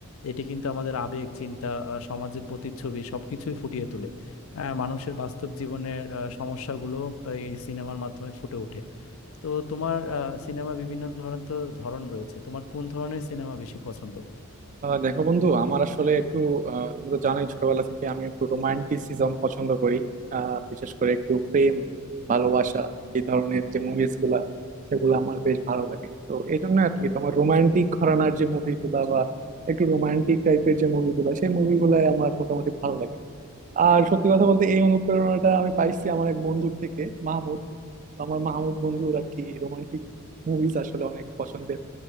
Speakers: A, on the left; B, on the right.
A: এটি কিন্তু আমাদের আবেগ চিন্তা আহ, সমাজের প্রতিচ্ছবি সবকিছুই ফুটিয়ে তোলে আহ, মানুষের বাস্তব জীবনের আহ, সমস্যাগুলো এই সিনেমার মাধ্যমে ফুটে ওঠে তো তোমার সিনেমা বিভিন্ন ধরনের তো ধরন রয়েছে তোমার কোন ধরনের সিনেমা বেশি পছন্দ
B: আহ দেখো বন্ধু আমার আসলে একটু আহ, তুমি তো জানোই ছোটবেলা থেকে আমি একটু রোমান্টিসিজম পছন্দ করি আহ, বিশেষ করে একটু প্রেম ভালোবাসা এই ধরনের যে মুভিজ গুলা সেগুলো আমার বেশ ভালো লাগে তো এই জন্য আর কি তোমার রোমান্টিক ঘরানার যে মুভিগুলা বা একটু রোমান্টিক টাইপের যে মুভিগুলা সেই মুভিগুলো আমার মোটামুটি ভালো লাগে আর সত্যি কথা বলতে এই অনুপ্রেরণাটা আমি পাইছি আমার এক বন্ধুর থেকে মাহমুদ আমার মাহমুদ বন্ধুর আর কি রোমান্টিক মুভিজ আসলে অনেক পছন্দের